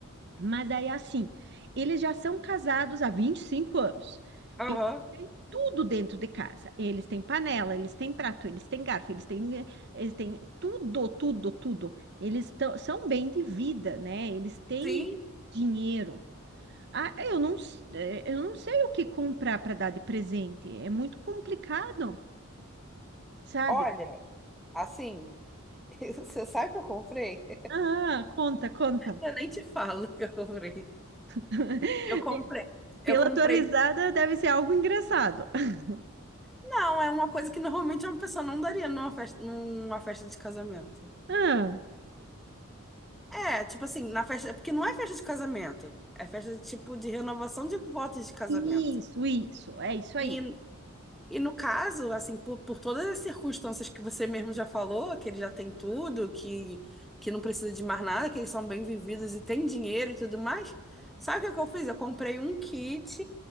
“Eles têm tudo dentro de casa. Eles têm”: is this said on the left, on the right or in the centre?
Right